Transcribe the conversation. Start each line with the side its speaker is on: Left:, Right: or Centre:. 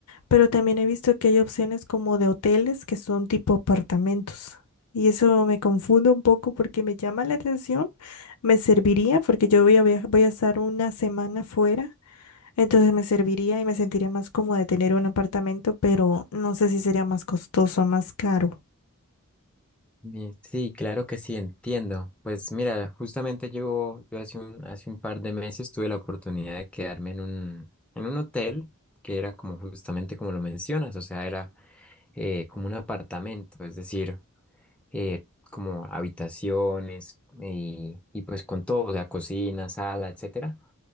Left: Pero también he visto que hay opciones como de hoteles que son tipo apartamentos. Y eso me confunde un poco porque me llama la atención. Me serviría porque yo voy a via- voy a estar una semana fuera. Entonces me serviría y me sentiría más cómoda de tener un apartamento, pero no sé si sería más costoso, más caro.
Centre: Mi- Sí, claro que sí, entiendo. Pues mira, justamente yo, yo hace un, hace un par de meses tuve la oportunidad de quedarme en un, en un hotel que era como justamente como lo mencionas, o sea, era eh, como un apartamento, es decir. eh, como habitaciones y, y pues con todo, o sea, cocina, sala, etcétera.